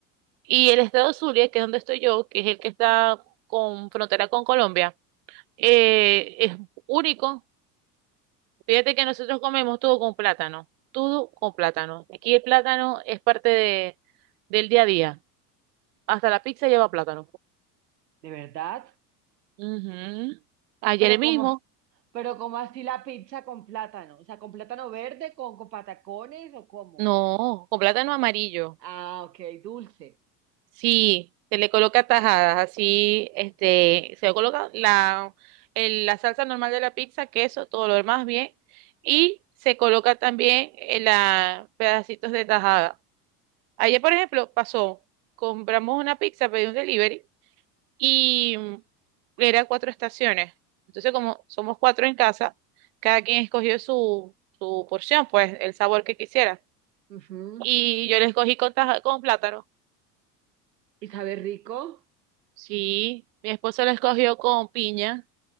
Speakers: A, on the right (about 65°); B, on the right (about 85°).
A: Y el estado Zulia, que es donde estoy yo, que es el que está con frontera con Colombia, eh, es único Fíjate que nosotros comemos todo con plátano, todo con plátano. Aquí el plátano es parte de, del día a día. Hasta la pizza lleva plátano.
B: ¿De verdad?
A: Ujú. Ayer
B: Pero como,
A: mismo,
B: pero como así la pizza con plátano. O sea, con plátano verde, con, con patacones o cómo.
A: No, con plátano amarillo.
B: Ah, ok, dulce.
A: sí, se le coloca tajadas, así, este, se le coloca la, el- la salsa normal de la pizza, queso, todo lo demás bien. Y se coloca también en la pedacitos de tajada. Ayer, por ejemplo, pasó, compramos una pizza, pedí un delivery. y mm, era cuatro estaciones. Entonces, como somos cuatro en casa, cada quien escogió su, su porción, pues el sabor que quisiera.
B: Ujú.
A: Y yo le escogí con, taja- con plátano.
B: ¿Y sabe rico?
A: Sí, mi esposo la escogió con piña